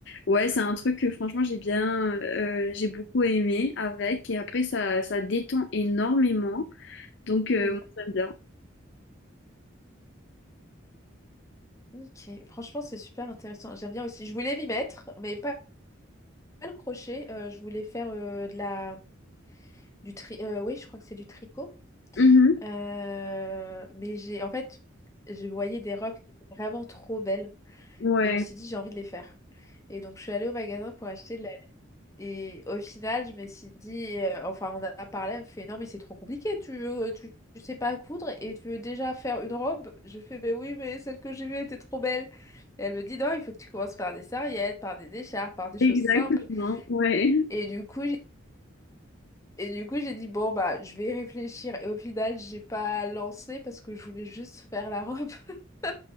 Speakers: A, on the left; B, on the left.
A: ouais, c'est un truc que franchement, j'ai bien, euh, j'ai beaucoup aimé avec. Et après, ça, ça détend énormément. Donc, euh,
B: Oui.
A: moi, j'aime bien.
B: Ok. Franchement, c'est super intéressant. J'aime bien aussi. Je voulais m'y mettre, mais pas, pas le crochet. Euh, je voulais faire euh, de la, du tri. euh, oui, je crois que c'est du tricot.
A: Mhm.
B: Euh, mais j'ai, en fait, je voyais des robes vraiment trop belles
A: Ouais,
B: et je me suis dit, j'ai envie de les faire. Et donc, je suis allée au magasin pour acheter de la... Et au final, je me suis dit, euh, enfin, on a parlé, elle me fait, non, mais c'est trop compliqué, tu veux, tu, tu sais pas coudre et tu veux déjà faire une robe. Je fais, ben oui, mais celle que j'ai vue était trop belle. Et elle me dit, non, il faut que tu commences par des serviettes, par des écharpes, par des choses
A: exactement.
B: simples.
A: Ouais.
B: Et du coup, et du coup, j'ai dit, bon, bah, je vais réfléchir. Et au final, j'ai pas lancé parce que je voulais juste faire la robe. <laughs>